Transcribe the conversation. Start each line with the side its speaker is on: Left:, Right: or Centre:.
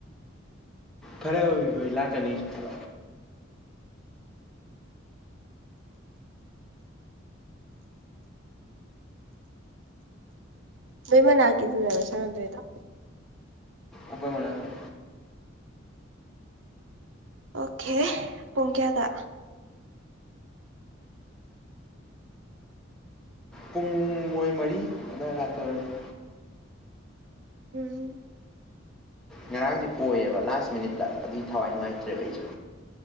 Centre: ꯐꯔꯦ ꯍꯣꯏ ꯍꯣꯏ ꯂꯥꯛꯀꯅꯤ ꯍꯥꯏ
Right: ꯅꯣꯏ ꯃꯅꯥꯛꯀꯤ ꯁꯥꯟꯗꯣꯏꯗꫭ
Centre: ꯑꯈꯣꯏ ꯃꯅꯇꯦ
Right: ꯑꯣꯈꯦ ꯄꯨꯡ ꯀꯌꯥꯗ
Centre: ꯄꯨꯡ ꯃꯣꯏ ꯃꯔꯤ ꯑꯗꯨꯋꯥꯏ ꯂꯥꯛꯇꫭꯏ ꯑꫭꯏꯔꯝꯅꯤ
Right: <inaudible>
Centre: ꯉꯔꯥꯡꯁꯦ ꯄꯣꯏꯌꯦꯕ ꯂꯥꯁ ꯃꯤꯅꯤꯠꯇ ꯑꯗꯨ ꯊꯋꯥꯏ ꯅꯨꯡꯉꯥꯏꯇ꯭ꯔꯦꯕ ꯑꯩꯁꯦ